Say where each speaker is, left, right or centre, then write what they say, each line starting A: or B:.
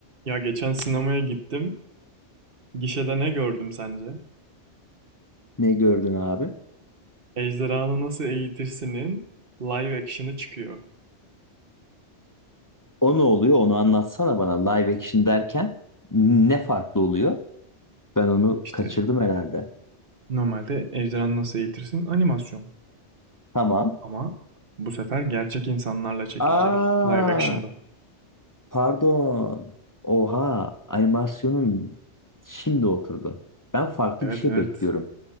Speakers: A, on the right; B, on the left.
A: Ya geçen sinemaya gittim. Gişede ne gördüm sence?
B: Ne gördün abi?
A: Ejderhanı Nasıl Eğitirsin'in live action'ı çıkıyor.
B: O ne oluyor? Onu anlatsana bana. Live action derken ne farklı oluyor? Ben onu
A: İşte
B: kaçırdım herhalde.
A: normalde Ejderhanı Nasıl Eğitirsin animasyon.
B: Tamam.
A: Ama bu sefer gerçek insanlarla çekilecek
B: Aa,
A: live action'da.
B: pardon. Oha, animasyonun şimdi oturdu. Ben farklı
A: Evet
B: bir şey
A: evet.
B: bekliyorum.